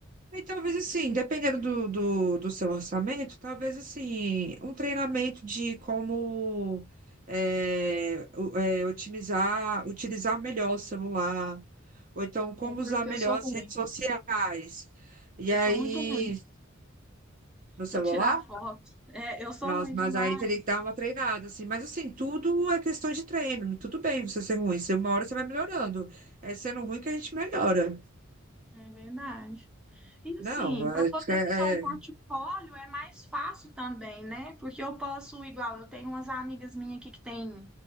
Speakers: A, on the right (about 40°); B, in the centre.
A: E talvez assim, dependendo do, do, do seu orçamento, talvez assim, um treinamento de como é, o- é, otimizar, utilizar melhor o celular, ou então como
B: é
A: usar
B: porque
A: melhor
B: eu sou ruim.
A: as redes sociais. E
B: Eu
A: aí,
B: sou muito ruim
A: no celular?
B: para tirar foto. É, eu sou
A: Nossa,
B: ruim demais,
A: mas aí teria que dar uma treinada, assim. Mas assim, tudo é questão de treino. Tudo bem você ser ruim. Se uma hora você vai melhorando. É sendo ruim que a gente melhora.
B: é verdade. E assim,
A: Não,
B: para
A: é,
B: poder usar um portfólio
A: é,
B: é mais fácil também, né? Porque eu posso, igual, eu tenho umas amigas minhas aqui que tem